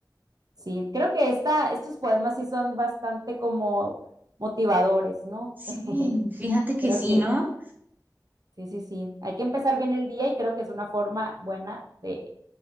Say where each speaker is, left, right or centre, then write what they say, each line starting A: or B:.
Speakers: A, on the right; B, on the right.
A: Sí, creo que esta, estos poemas sí son bastante como motivadores, ¿no?
B: Sí,
A: <laughs>
B: fíjate que
A: Creo
B: sí,
A: que
B: ¿no?
A: sí, sí, sí. Hay que empezar bien el día y creo que es una forma buena de...